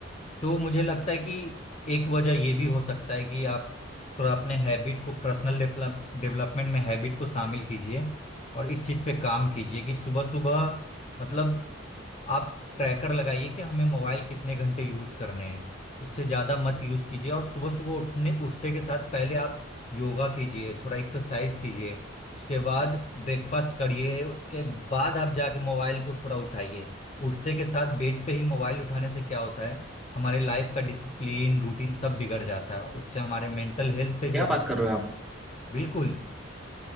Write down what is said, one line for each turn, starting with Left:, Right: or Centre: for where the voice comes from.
Left: तो मुझे लगता है कि एक वजह ये भी हो सकता है कि आप थोड़ा अपने हैबिट को पर्सनल डेवलप डेवलपमेंट में हैबिट को शामिल कीजिए और इस चीज पे काम कीजिए कि सुबह सुबह मतलब आप ट्रैकर लगाइए कि हमें मोबाइल कितने घंटे यूज करने हैं उससे ज्यादा मत यूज कीजिए और सुबह सुबह उठने उठते के साथ पहले आप योगा कीजिए थोड़ा एक्सरसाइज कीजिए उसके बाद ब्रेकफास्ट करिए उसके बाद आप जाके मोबाइल को थोड़ा उठाइए उठते के साथ बेड पे ही मोबाइल उठाने से क्या होता है हमारे लाइफ का डिसिप्लिन रूटीन सब बिगड़ जाता है उससे हमारे मेंटल हेल्थ पे
Centre: क्या
Left: भी असर
Centre: बात
Left: पड़ता
Centre: कर रहे हो आप
Left: है बिल्कुल